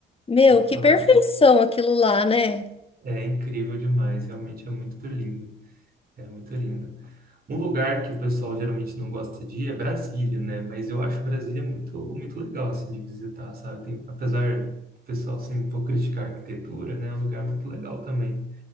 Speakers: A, on the left (about 30°); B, on the right (about 50°).
A: Meu,
B: já ouvi
A: que
B: falar.
A: perfeição
B: É
A: aquilo lá, né?
B: é incrível demais, realmente é muito lindo, é muito lindo. Um lugar que o pessoal geralmente não gosta de ir é Brasília, né? Mas eu acho Brasília muito, muito legal, assim, de visitar, sabe? Tem, apesar do pessoal, assim, um pouco criticar a arquitetura, né? É um lugar muito legal também,